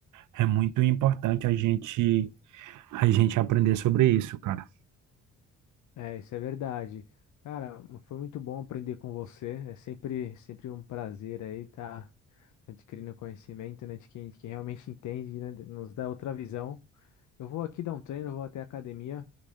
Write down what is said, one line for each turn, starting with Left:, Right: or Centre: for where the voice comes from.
Right: é muito importante a gente, a gente aprender sobre isso, cara.
Left: É, isso é verdade. Cara, foi muito bom aprender com você. É sempre, sempre um prazer aí estar adquirindo conhecimento, né, de quem, de quem realmente entende, né, nos dá outra visão. Eu vou aqui dar um treino, vou até a academia,